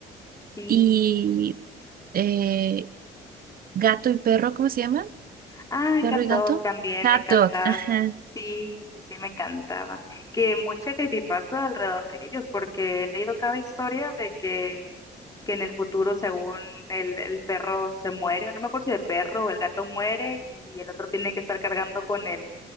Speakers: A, on the left; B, on the right.
A: Sí.
B: Y eh, gato y perro, ¿cómo se llaman?
A: Ah,
B: Perro
A: Cat
B: y
A: Dog
B: gato.
A: también
B: Hot
A: me encantaba.
B: dog, ajá,
A: Sí, sí, sí, me encantaba. Que mucha creepypasta alrededor de ellos, porque he leído cada historia de que, que en el futuro, según el, el perro se muere, o no me acuerdo si el perro o el gato muere y el otro tiene que estar cargando con el...